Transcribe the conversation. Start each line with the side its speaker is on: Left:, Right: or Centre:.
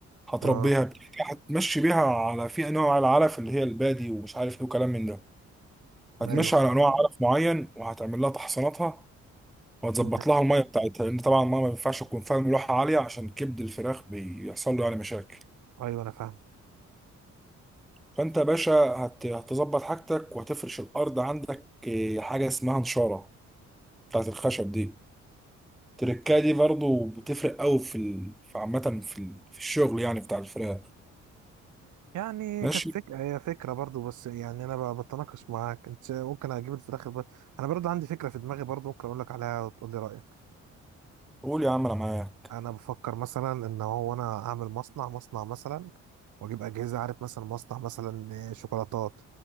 Centre: هتربيها
Right: اه
Centre: بتفتح- هتمشي بيها على في انواع العلف اللي هي البادي ومش عارف ايه وكلام من ده هتمشي
Right: ايوه
Centre: على انواع علف معين وهتعمل لها تحصيناتها وهتظبط
Right: ماشي.
Centre: لها الميه بتاعتها لان طبعا الميه ما ينفعش تكون فيها ملوحه عاليه عشان كبد الفراخ بيحصل له يعني مشاكل
Right: ايوه انا فاهم
Centre: فانت يا باشا هت- هتظبط حاجتك وهتفرش الارض عندك آه، حاجه اسمها نشاره بتاعت الخشب دي التركايه دي برضو بتفرق قوي في ال... في عامة في, ال... في الشغل يعني بتاع الفراخ
Right: يعني
Centre: ماشي
Right: كانت فكرة هي فكرة برضو بس يعني أنا ب- بتناقش معاك أنت ممكن أجيب الفراخ ب... أنا برضو عندي فكرة في دماغي برضو ممكن أقول لك عليها وتقول لي رأيك
Centre: قول يا عم انا معاك
Right: أنا بفكر مثلا إن هو أنا أعمل مصنع مصنع مثلا وأجيب أجهزة عارف مثلا مصنع مثلا شوكولاتات